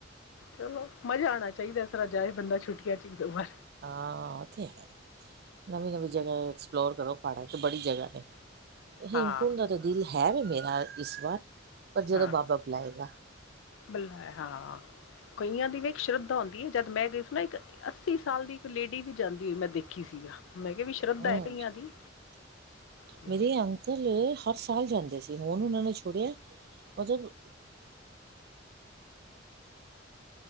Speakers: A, on the left; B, on the right.
A: ਚਲੋ ਮਜ਼ਾ ਆਣਾ ਚਾਹੀਦਾ ਤਰਾ ਜਾਏ ਬੰਦਾ ਛੁੱਟੀਆਂ ਚ ਇਕ ਦੋ ਵਾਰ,
B: ਹਾਂ ਤੇ ਹੈ ਨਵੀਂ ਨਵੀਂ ਐਕਸਪਲੋਰ ਕਰੋ ਪਹਾੜਾਂ ਬੜੀ ਜਗਾ ਨੇ, ਹੇਮਕੁੰਟ
A: ਹਾਂ
B: ਦਾ ਤਾਂ ਦਿਲ ਹੈ ਵੀ, ਮੇਰਾ ਇਸ ਵਾਰ, ਪਰ ਜਦੋਂ
A: ਹਾਂ
B: ਬਾਬਾ ਬੁਲਾਏਗਾ
A: ਬਲਾ ਹਾਂ ਕਈਆਂ ਦੀ ਵੇਖ ਸ਼ਰਧਾ ਹੁੰਂਦੀ ਹੈ ਜਦ ਮੈਂ ਗਈ। ਮੈਂ ਇੱਕ ਅੱਸੀ ਸਾਲ ਦੀ ਇੱਕ ਲੇਡੀ ਵੀ ਜਾਂਦੀ ਹੋਈ ਮੈਂ ਦੇਖੀ ਸੀਗਾ, ਮੈਂ ਕਿਹਾ ਵੀ ਸ਼ਰਧਾ
B: ਹੂੰ
A: ਹੈ ਕਈਆਂ ਦੀ, ਤੇ
B: ਮੇਰੇ ਅੰਕਲ, ਹਰ ਸਾਲ ਜਾਂਦੇ ਸੀ ਹੁਣ ਉਹਨਾਂ ਨੇ ਛੜਿਆ ਮਤਲਬ,